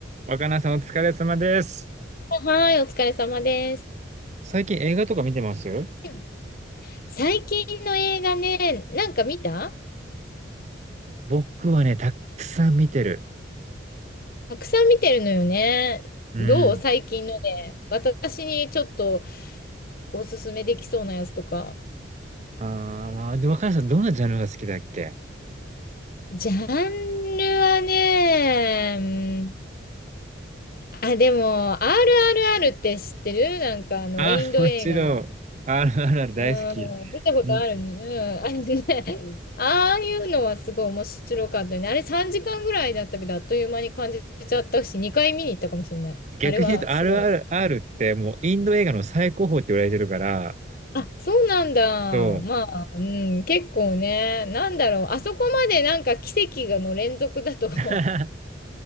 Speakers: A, on the right (about 35°); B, on the left (about 50°).
A: 若菜さんお疲れ様です。
B: はい、お疲れ様です。
A: 最近映画とか見てます
B: うん最近の映画ね、なんか見た
A: 僕はね、たくさん見てる。
B: たくさん見てるのよね。
A: うん。
B: どう最近ので。私にちょっとおすすめできそうなやつとか。
A: ああ、で、若菜さんどんなジャンルが好きだっけ
B: ジャンルはね、うんあ、でも、RRR って知ってるなんかあの、
A: あーもちろん、
B: インド映画。
A: RRR 大好き。
B: うん、見たことあるね。
A: うん。
B: うん、あれね、ああいうのはすごい面白かったね。あれ3時間ぐらいだったけど、あっという間に感じちゃったし、2回見に行ったかもしれない。
A: 逆に言うと
B: あれはすごい。
A: RRR ってもうインド映画の最高峰って言われてるから、
B: あ、そうなんだ。
A: そう。
B: まあ、うん、結構ね、なんだろう。あそこまでなんか奇跡がの連続だと <laughs>
A: <laughs>